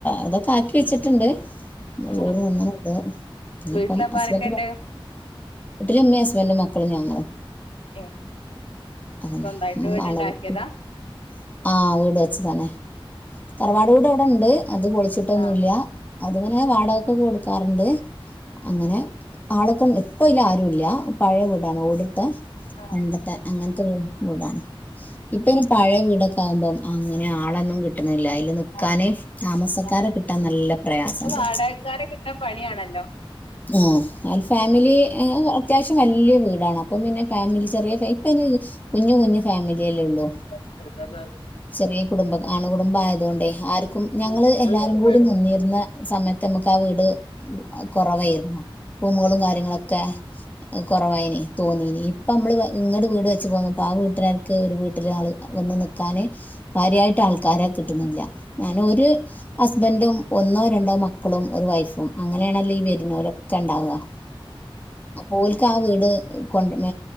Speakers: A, on the left; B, on the left.
A: അതൊക്കെ ആക്കി വെച്ചിട്ടോണ്ട്
B: ഉം
A: ചോറ് <unintelligible> ഇനിപ്പം
B: വീട്ടിലപ്പ
A: ഹസ്ബെൻ്റെ
B: ആരൊക്കെണ്ട്
A: പ വീട്ടില് ഉമ്മെയും ഹസ്ബൻ്റെ, മക്കളും ഞങ്ങളും
B: ഏഹ്
A: അത് തന്നെ
B: സ്വന്തായിട്ട്
A: <unintelligible> ഉം
B: വീട്ണ്ടാക്കിയതാ
A: ആാ വീട് വെ ച്ച് തന്നെ തറവാട് വീട് എവടെണ്ട് അത് പൊളിച്ചിട്ടൊന്നും
B: ആഹ്
A: ഇല്ലാ അത് ഇങ്ങനെ വാടകൊക്കെ കൊട്ക്കാറോണ്ട് അങ്ങനെ ആളൊക്കെ ഒണ്ട് ഇപ്പം ഇല്ലാ ആ ല്ലാ പഴയാ വീടാണ് ഓടിട്ടെ
B: ആഹ്
A: പണ്ടത്തെ അങ്ങനത്തെ വീ വീടാണ് ഇപ്പം ഇനി പഴയ വീടൊക്കെ ആവുമ്പം അങ്ങനെ ആളൊന്നും കിട്ട ല്ല അയില് നിക്കാന്
B: ആഹ്
A: താമസക്കാരെ
B: ആഹ്
A: കിട്ടാൻ നല്ലാ പ്രയാസൊണ്ട്
B: ഇപ്പൊ വാടകക്കാരെ കിട്ടാൻ പണിയാണല്ലോ
A: ഉം ആ ഫാമിലി യെ അത്യാവശ്യം വല്ല്യാ വീടാണ് അപ്പം പിന്നെ ഫാമിലി ചെറിയ ഇപ്പെ കുഞ്ഞ് കുഞ്ഞ് ഫാമിലിയല്ലേ ഒള്ളൂ
B: <inaudible>
A: ചെറിയ കുടുംബം ആണു കുടുംബായതോണ്ട് ആർക്കും ഞങ്ങള്
B: ആഹ്
A: എല്ലാരും
B: ആഹ്
A: കൂടി നിന്നിര്ന്ന സമയത്ത് ഞമക്ക് ആ വീട് കുറവായിരുന്നു റൂമുകളും കാര്യങ്ങളൊക്കെ കുറവായിന് തോന്നീന് ഇപ്പ നമ്മള് ങ്ങട് വീട് വെ ച്ച് പോന്നപ്പ ആ വീട്ടുകാർക്ക് ഒരു വീ ട്ടില് ആള് വന്ന് നിക്കാന് കാര്യായിട്ട് ആൾക്കാരെ കിട്ടുന്നില്ല ഞാന് ഒരു ഹസ്ബൻറും ഒന്നോ രണ്ടോ മക്കളും ഒരു വൈഫും അങ്ങനെയാണല്ലോ ഈ വരുന്നോരൊ ഒക്കെണ്ടാവുക അപ്പോല്ക്കാ വീട് കൊണ്ട